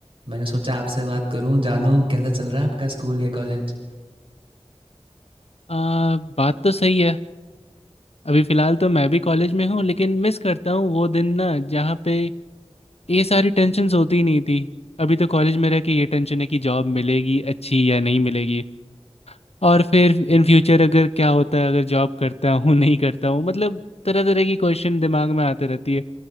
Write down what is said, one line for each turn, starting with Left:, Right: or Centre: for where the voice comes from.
Right: मैंने सोचा आपसे बात करूँ जानूँ कैसा चल रहा है आपका स्कूल या कॉलेज
Left: आ, बात तो सही है अभी फ़िलहाल तो मैं भी कॉलेज में हूँ लेकिन मिस करता हूँ वो दिन ना जहाँ पे ये सारी टेंशन्स होती ही नहीं थी अभी तो कॉलेज में रह के ये टेंशन है कि जॉब मिलेगी अच्छी या नहीं मिलेगी और फिर इन फ्यूचर अगर क्या होता है अगर जॉब करता हूँ नहीं करता हूँ मतलब तरह तरह की क्वेश्चन दिमाग में आते रहती है